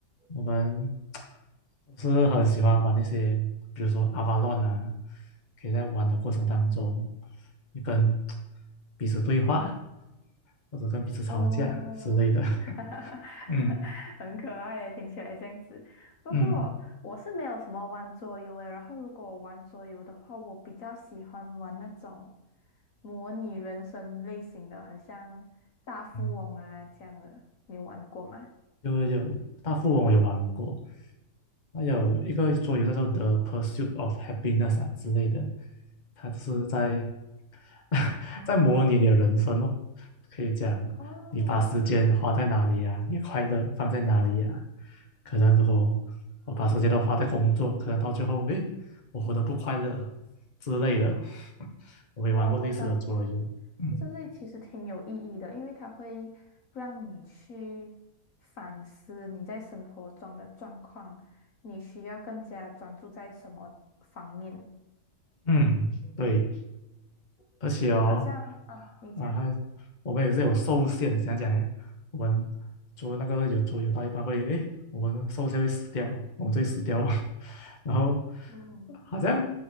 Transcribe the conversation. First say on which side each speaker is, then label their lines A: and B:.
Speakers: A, on the left; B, on the left.
A: 我们都是很喜欢玩那些，比如说 Avalon 啊，可以在玩的过程当中，你跟彼此对话，或者跟彼此吵架之类的。
B: 哦，
A: <laughs>
B: <laughs>
A: 嗯
B: 很可爱耶，听起来这样子。不过我是没有什么玩桌游诶，
A: 嗯
B: 然后如果我玩桌游的话，我比较喜欢玩那种模拟人生类型的，很像大富翁啊这样的。
A: 嗯。
B: 你有玩过吗？
A: 有有大富翁我有玩过，还有一个桌游叫做《The Pursuit of Happiness》啊之类的，它就是在 <laughs> 在模拟你的人生哦，可以讲你把时间花在哪里呀、
B: 哦，
A: 你的快乐放在哪里呀、可能如果我把时间都花在工作，可能到最后，诶，我活得不快乐之类的。<laughs> 我也玩过类似的桌游，
B: 哇，我感觉。
A: 嗯
B: 这类其实挺有意义的，因为它会让你去反思你在生活中的状况，你需要更加专注在什么方面。
A: 嗯，对。而且哦，
B: 就好像，啊，你讲，
A: 啊，还我们也是有受限，怎样讲呢？我们做那个有做有到一半会，哎，我们受限会死掉，我们就会死掉啊。<laughs> 然后
B: 哦，
A: 好像